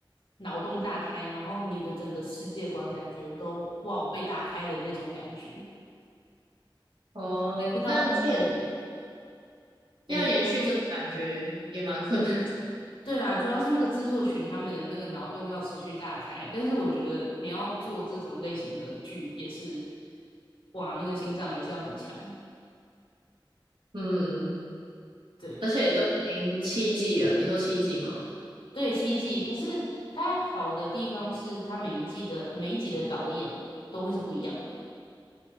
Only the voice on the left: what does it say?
脑洞大开，然后你的整个世界观感觉都哇被打开的那种感觉。
但是到后面，
哎，你对啦，主要是那个制作群他们的那个脑洞要持续大开。但是我觉得你要做这种类型的剧也是，哇，那个心脏也是要很强。
对
对，七季，可是它好的地方是它每一季的每一集的导演都会是不一样的。